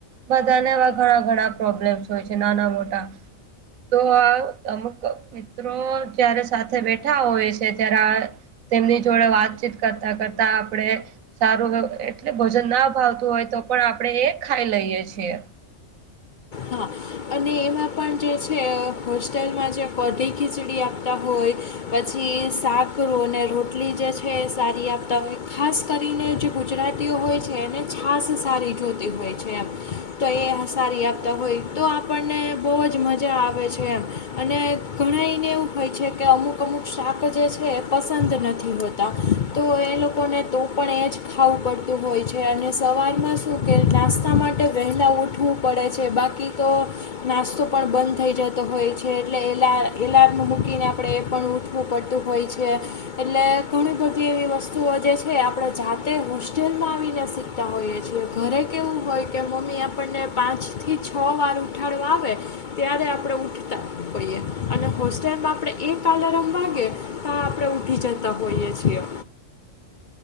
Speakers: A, on the right; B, on the left.
A: બધાને એવા ઘણા ઘણા પ્રોબ્લેમ્સ હોય છે નાના મોટા. તો આ અમક મિત્રો જયારે સાથે બેઠા હોય છે ત્યારે તેમની જોડે વાત કરતા કરતા આપણે સારું એટલે ભોજન ના ભાવતું હોય તો પણ આપણે એ ખાઈ લઈએ છીએ.
B: હા. અને એમાં પણ જે છે હોસ્ટેલમાં જે પધી ખીચડી આપતા હોય. પછી સાકરું અને રોટલી જે છે સારી આપતા હોય ખાસ કરીને જે ગુજરાતીઓ હોય છે એને છાસ સારી જોતી હોય છે એમ. તો એ સારી આપતા હોય તો આપણને બહુ જ મજા આવે છે એમ. અને ઘણા એને એવું હોય છે કે અમુક અમુક શાક જે છે એ પસંદ નથી હોત. તો એ લોકોને તો પણ એ જ ખાવું પડતું હોય છે અને સવારમાં શું કે નાસ્તા માટે વહેલાં ઉઠવું પડે છે બાકી તો નાસ્તો પણ બંધ થઈ જતો હોય છે એટલે એલ એલાર્મ મૂકીને આપણે એ પણ ખવું પડતું હોય છે. એટલે ઘણી બધી એવી વસ્તુઓ જે છે આપણે જાતે હોસ્ટેલમાં આવીને શીખ તા હોઈએ છીએ ઘરે કેવું હોય કે મમ્મી આપણને પાંચ થી છ વાર ઉઠાડો આવે ત્યારે આપણે ઉઠતા. હોઈએ અને હોસ્ટેલમાં આપણે એક કલરમ વાગે. તો આપણે ઊઠી જતા હોઈએ છીએ.